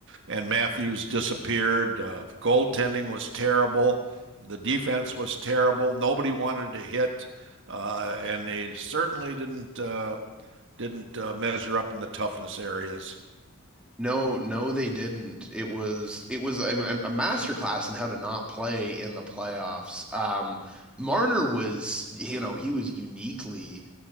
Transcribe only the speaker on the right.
and Matthews disappeared. Uh, the goaltending was terrible. The defense was terrible. Nobody wanted to hit, uh, and they certainly didn't uh, didn't uh, measure up in the toughness areas.